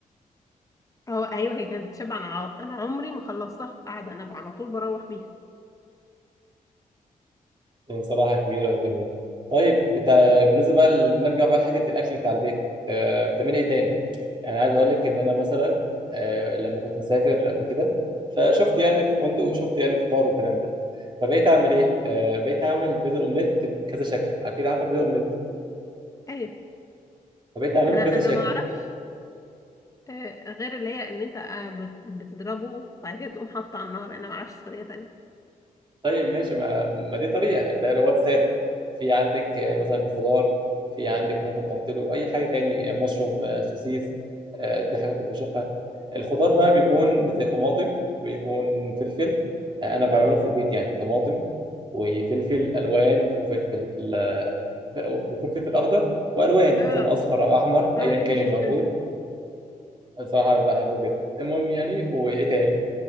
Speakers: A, on the left (about 20°); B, on the right (about 30°).
A: اه ايوه هي كانت بتشبع انا ع- انا عمري ما خلصتها في قعده انا على طول بروح بيها
B: هي صراحة كبيرة وجميلة طيب بتاع... بالنسبة بقى ل- نرجع بقى لحتة الأكل بتاع البيت آه، بتعملي إيه تاني؟ يعني عايز أقول لك إن أنا مثلا آه، لما كنت مسافر قبل كده فشفت يعني في فندق وشفت يعني فطار والكلام ده فبقيت أعمل إيه؟ آه، بقيت أعمل بيض الأومليت بكذا شكل أكيد عارفة بيض الأومليت
A: ايوه
B: فبقيت أعمله
A: انا
B: بكذا
A: انا
B: شكل
A: ما اعرفش آه، غير اللي هي ان انت آه، بت- بتضربه وبعد كده تقوم حاطه على النار انا ما اعرفش طريقه تانية
B: طيب ماشي ما, ما دي طريقة ده اللي هو السادة في عندك آه، مثلا خضار في عندك ممكن تحط له أي حاجة تاني آه، مشروم آه، سوسيس آه، دي حاجة كنت بشوفها الخضار بقى بيكون زي طماطم ويكون فلفل آه، أنا بعمله في البيت يعني طماطم وفلفل ألوان وفلفل آه، بيكون فلفل أخضر وألوان
A: آه،
B: مثلا أصفر أو أحمر أيا
A: ما بحبش
B: كان
A: الفلفل
B: الموجود بصراحة بحبه جدا المهم يعني وإيه تاني